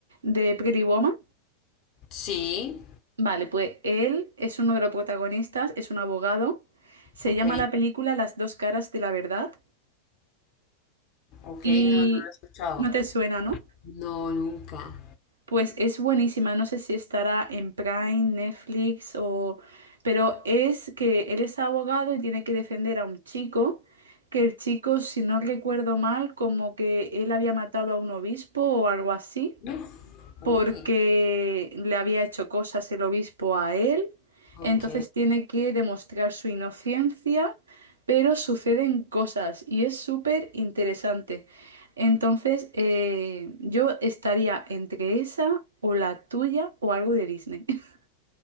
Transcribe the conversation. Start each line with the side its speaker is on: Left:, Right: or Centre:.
Right: de Pretty Woman?
Left: Sí,
Right: Vale, pues él es uno de los protagonistas, es un abogado. Se
Left: ok,
Right: llama la película Las dos caras de la verdad.
Left: ok,
Right: Y
Left: no, no lo he escuchado.
Right: no te suena, ¿no?
Left: No, nunca.
Right: Pues es buenísima, no sé si estará en Prime, Netflix o... Pero es que él es abogado y tiene que defender a un chico, que el chico, si no recuerdo mal, como que él había matado a un obispo o algo así
Left: Uf,
Right: porque
Left: Uy,
Right: le había hecho cosas el obispo a él,
Left: ok.
Right: entonces tiene que demostrar su inocencia, pero suceden cosas y es súper interesante. Entonces, eh, yo estaría entre esa o la tuya o algo de Disney. <laughs>